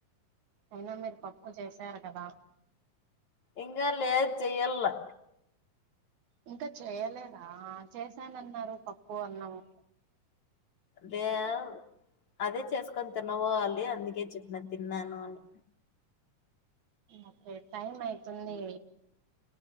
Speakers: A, on the right; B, on the left.
A: అయినా మీరు పప్పు చేశారు కదా
B: ఇంక లేదు చెయలే
A: ఇంకా చేయలేదా చేశాన అన్నారు పప్పు అన్నము
B: లే అవు అదే చేసుకొని తినబోవాలి అందుకే చెప్పిన తిన్నాను అని
A: ఓకే టైమ్ అయితుంది